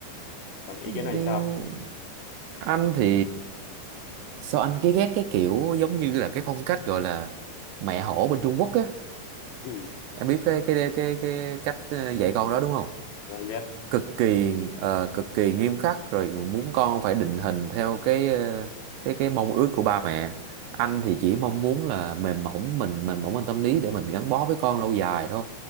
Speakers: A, on the left; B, on the right.
A: còn ý
B: Nhưng
A: kiến anh sao
B: anh thì sao anh cứ ghét cái kiểu giống như là cái phong cách gọi là mẹ hổ bên Trung Quốc á
A: Ừ,
B: em biết cái cái cái cái cách ờ, dạy con đó đúng không
A: anh biết
B: cực kỳ ờ, cực kỳ nghiêm khắc rồi muốn con phải định hình theo cái ờ, cái cái mong ước của ba mẹ anh thì chỉ mong muốn là mềm mỏng mình mềm mỏng mình tâm lý để mình gắn bó với con lâu dài thôi